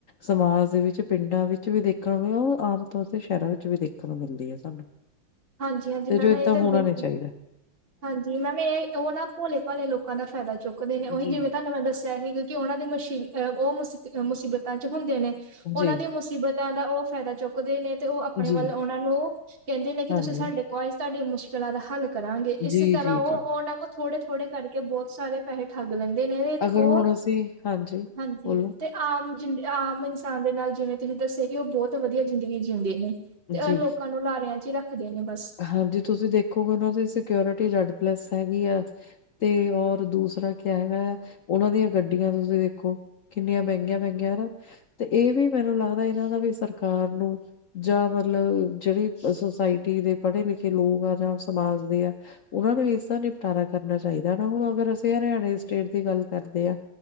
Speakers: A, on the left; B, on the right.
A: ਸਮਾਜ ਦੇ ਵਿੱਚ, ਪਿੰਡਾਂ ਵਿੱਚ ਵੀ ਦੇਖਣ ਓ ਆਮ ਤੌਰ ਤੇ ਸ਼ੈਰਾਂ ਵਿੱਚ ਵੀ ਦੇਖਣ ਨੂੰ ਮਿਲਦੀ ਆ ਸਾਨੂੰ।
B: ਹਾਂਜੀ ਹਾਂਜੀ
A: ਤੇ
B: ਮੈਮ
A: ਜੋ ਏਦਾਂ
B: ਇਹ
A: ਹੋਣਾ
B: ਬਿਲਕੁਲ
A: ਨੀ ਚਾਈਦਾ।
B: ਹਾਂਜੀ, ਮੈਮ ਏ ਔਹ ਨਾ ਭੋਲੇ-ਭਾਲੇ ਲੋਕਾਂ ਦਾ ਫੈਦਾ ਚੁੱਕਦੇ ਨੇ ਓਹੀ
A: ਜੀ
B: ਜਿਵੇਂ ਤੁਹਾਨੂੰ ਮੈਂ ਦੱਸ <unintelligible> ਸੀ, ਕਿਉਂਕੀ ਓਨਾਂ ਦੀ ਮੁਸ਼ਹੀ ਔ ਮੁ ਮੁਸੀਬਤਾਂ ਚ ਹੁੰਦੇ ਨੇ
A: ਜੀ
B: ਓਨਾਂ ਦੀਆਂ ਮੁਸੀਬਤ ਤਾਂ ਦਾ ਔਹ ਫੈਦਾ ਚੁੱਕਦੇ ਨੇ ਤੇ ਓ ਆਪਣੇ
A: ਜੀ
B: ਵੱਲ ਔਨਾਂ ਨੂੰ ਕੈਂਦੇ ਨੇ ਕੀ
A: ਹਾਂਜੀ
B: ਤੁਸੀਂ ਸਾਡੇ <unintelligible> ਤੁਹਾਡੀ ਮੁਸ਼ਕਿਲਾਂ ਦਾ ਹੱਲ ਕਰਾਂਗੇ ਇਸੇ
A: ਜੀ
B: ਤਰ੍ਹਾਂ
A: ਜੀ
B: ਔ
A: ਜੀ
B: ਔਨਾਂ ਕੋਲ ਥੋੜੇ-ਥੋੜੇ ਕਰਕੇ ਬੋਤ ਸਾਰੇ ਪੈਹੇ ਠੱਗ ਲੈਂਦੇ ਨੇ ਤੇ
A: ਅਗਰ
B: ਔ,
A: ਹੁਣ ਅਸੀਂ ਹਾਂਜੀ
B: ਹਾਂਜੀ
A: ਬੋਲੋ
B: ਤੇ ਆਮ ਜਿੰਦ ਆਮ ਇਨਸਾਨ ਦੇ ਨਾਲ ਜਿਵੇਂ ਤੁਸੀਂ ਦੱਸਿਆ ਕੀ ਔਹ ਬੋਤ ਵਧੀਆ ਜ਼ਿੰਦਗੀ ਜਿਉਂਦੇ ਨੇ। ਤੇ
A: ਜੀ
B: ਔ ਲੋਕਾਂ ਨੂੰ ਲਾਰਿਆਂ ਚ ਈ ਰੱਖਦੇ ਨੇ ਬਸ।
A: ਹਾਂਜੀ ਤੁਸੀਂ ਦੇਖੋਗੇ ਔਨਾਂ ਦੀ ਸਕੇਓਰਿਟੀ ਜੈਡ ਪਲੱਸ ਹੈਗੀ ਆ ਤੇ ਔਰ ਦੂਸਰਾ ਕਿਆ ਹੈਗਾ ਆ ਓਨਾਂ ਦੀਆਂ ਗੱਡੀਆਂ ਤੁਸੀਂ ਦੇਖੋ ਕਿੰਨੀਆਂ ਮੈੰ ਗੀਆਂ-ਮੈਂਗੀਆਂ ਹਨਾ ਤੇ ਏ ਵੀ ਮੈਨੂੰ ਲੱਗਦਾ ਇਨਾਂ ਦਾ ਵੀ ਸਰਕਾਰ ਨੂੰ ਜਾਂ ਮਤਲਬ ਜੇੜੀ ਸੁਸਾਇਟੀ ਦੇ ਪੜ੍ਹੇ-ਲਿਖੇ ਲੋਗ ਆ ਜਾਂ ਸਮਾਜ ਦੇ ਆ ਔਨਾਂ ਨੂੰ ਇਸਦਾ ਨਿਪਟਾਰਾ ਕਰਨਾ ਚਾਈਦਾ ਨਾ ਹੁਣ ਅਗਰ ਅਸੀਂ ਹਰਿਆਣੇ ਸਟੇਟ ਦੀ ਗੱਲ ਕਰਦੇ ਆ